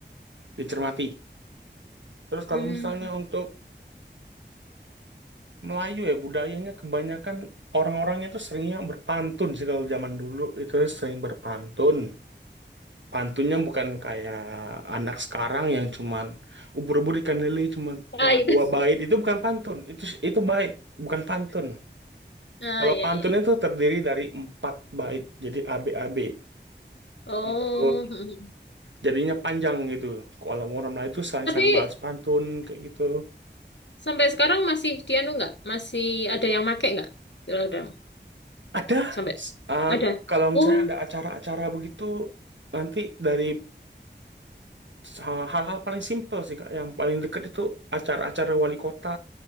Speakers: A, on the right; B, on the left.
A: dicermati. Terus
B: Mm.
A: kalau misalnya untuk <clears throat> Melayu ya, budayanya kebanyakan orang-orangnya itu seringnya berpantun sih kalau zaman dulu. Itu sering berpantun. Pantunnya bukan kayak anak sekarang yang cuman ubur-ubur ikan lele cuman
B: ah
A: uh,
B: itu
A: dua bait. Itu bukan pantun. Itu itu bait, bukan pantun.
B: ah
A: Kalau
B: iya
A: pantun
B: iya
A: itu terdiri dari empat bait. Jadi A A B A B
B: oh
A: Gitu.
B: Mm.
A: jadinya panjang gitu. Kalau mau ramlah itu saling-saling
B: Tapi
A: balas pantun kayak gitu.
B: sampai sekarang masih dianu nggak? Masih ada yang make nggak? Kalau udah
A: Ada
B: sampai
A: s- uh,
B: Ada.
A: kalau misalnya
B: Oh,
A: ada acara-acara begitu nanti dari ha- hal-hal paling simpel sih Kak, yang paling dekat itu acara-acara wali kota